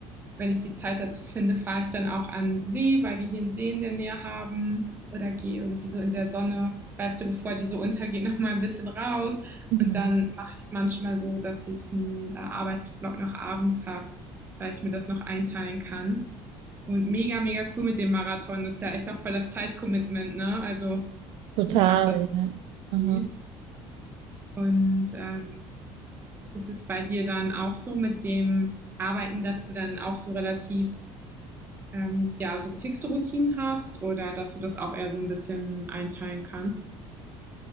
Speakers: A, on the right; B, on the right.
A: wenn ich die Zeit dazu finde, fahre ich dann auch an See, weil wir hier einen See in der Nähe haben. Oder gehe irgendwie so in der Sonne, weißt du, bevor die so untergeht, noch mal ein bisschen raus.
B: Mhm.
A: Und dann mache ich es manchmal so, dass ich einen äh, Arbeitsblock noch abends habe, weil ich mir das noch einteilen kann. Und mega, mega cool mit dem Marathon. Das ist ja echt auch voll das Zeitcommitment, ne? Also
B: Total,
A: gut ab, dass
B: ja. Aha.
A: du siehst. Und ähm, ist es bei dir dann auch so mit dem Arbeiten, dass du dann auch so relativ ähm, ja, so gefixte Routinen hast oder dass du das auch eher so ein bisschen einteilen kannst?